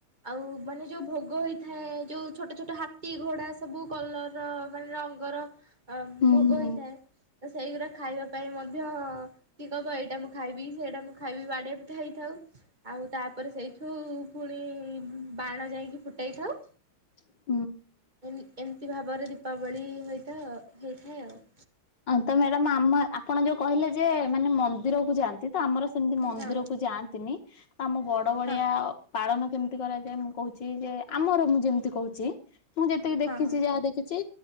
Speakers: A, on the right; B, on the left.
A: ଆଉ ମାନେ ଯୋଉ ଭୋଗ ହେଇଥାଏ ଯୋଉ ଛୋଟଛୋଟ ହାତୀ ଘୋଡ଼ା। ସବୁ କଲର ମାନେ ରଙ୍ଗର
B: ହୁଁ
A: ଭୋଗ
B: ହୁଁ
A: ହେଇଥାଏ ତ ସେଇଗୁରା ଖାଇବାକୁ। ପାଇଁ ମଧ୍ୟ କିଏ କହିବ ଏଇଟା ମୁଁ ଖାଇବି ସେଇଟା ମୁଁ ଖାଇବି ବାଡ଼ିଆପିଟା ହେଇଥାଉ ଆଉ ତାପରେ ସେଇଠୁ ପୁଣି ବାଣ ଯାଇକି ଫୁଟାଇ ଥାଉ।
B: <inaudible>
A: ଏମ ଏମିତି ଭାବରେ ଦୀପାବଳି ହୋଇଡଥାଏ ହୋଇଥାଏ ଆଉ।
B: ତ ମ୍ୟାଡାମ ଆମ ଆପଣ ଯୋଉ କହିଲେ ଯେ ମାନେ ମନ୍ଦିରକୁ ଯାଆନ୍ତି ତ ଆମର ସେମତି ମନ୍ଦିରକୁ
A: ହଁ
B: ଯାଆନ୍ତିନି। ଆମ ବଡବଡିଆ
A: ହଁ
B: ପାଳନ କେମିତି କରାଯାଏ ମୁଁ କହୁଛି ଯେ ଆମର ମୁଁ ଯେମିତି କହୁଛି। ମୁଁ ଯେତିକି ଦେଖିଛି
A: ହଁ ହଁ
B: ଯାହା ଦେଖିଛି